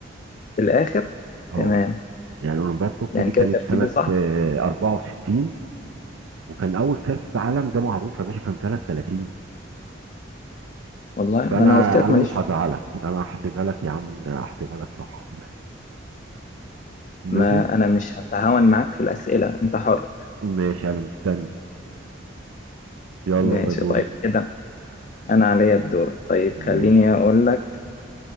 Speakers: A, on the left; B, on the right.
A: في الآخر
B: اه
A: تمام
B: يعني اولمبياد طوكيو
A: يعني
B: دي
A: كده
B: كانت
A: ترتيبي
B: سنة
A: صح
B: آه، 64 وكان اول كاس عالم ده معروف يا باشا كان سنة 30
A: والله
B: فانا
A: ما انا قلت لك
B: انا
A: ماليش
B: مش هزعلك انا هحسبها لك يا عم هحسبها لك صح ماشي
A: ما انا مش هتهاون معاك في الاسئله انت حر
B: ماشي انا مستني يلا
A: ماشي
B: بقى دورك
A: طيب كده انا عليا الدور طيب
B: ماشي
A: خليني اقول لك